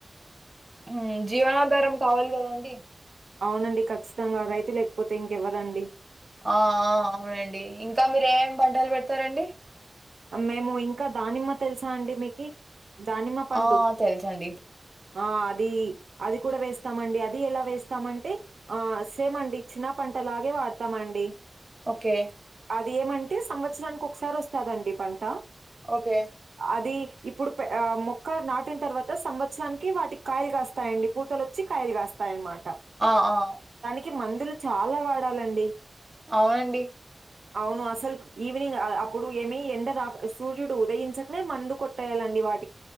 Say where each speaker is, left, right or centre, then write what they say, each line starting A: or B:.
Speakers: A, on the right; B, on the right.
A: ఉమ్ జీవనాధారం కావాలి కదండి
B: అవునండి ఖచ్చితంగా రైతు లేకపోతే ఇంకెవరండి.
A: ఆ ఆ అవునండి ఇంకా మీరు ఏమి పంటలు పెడతారండి?
B: మేము ఇంకా దానిమ్మ తెలుసా అండి మీకి? దానిమ్మ పండు
A: ఆ తెలుసండి
B: ఆ అది అది కూడా వేస్తామండి అది ఎలా వేస్తామంటే ఆ సేమ్ అండి చిన్న ప అంతలాగే వాడతామండి
A: ఓకే
B: బియ్యం మంటే సంవత్సరానికి ఒకసారి వస్తదండి పంట.
A: ఓకే
B: అది ఇప్పుడు ఆ మొక్క నాటిన తర్వాత సంవత్సరానికి వాటికి కాయలు కాస్తాయండి పూతలు వచ్చి కాయిలు కస్తాయనమా
A: ఆ ఆ
B: కి మందులు చాలా వాడాలండి.
A: అవునండి
B: అవును అసలు ఈవినింగ్ ఆ అ అప్పుడు ఏమి ఎండ గా సూర్యుడు ఉదయించకనే మందు కొట్టేయాలండి వాటి